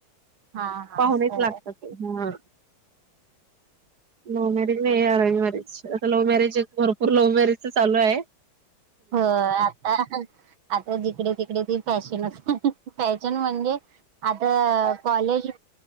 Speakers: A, on the right; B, on the right.
A: हा हा
B: पाहुणेच
A: हो
B: लागतात ते हम लव्ह मॅरेज नाही, अरेंज मॅरेज, आता लव्ह मॅरेज एक भरपुर लव्ह मॅरेजच चालूय
A: होय आता, आता जिकडे तिकडे ती फॅशनचय <inaudible> फॅशन म्हणजे आता, कॉलेज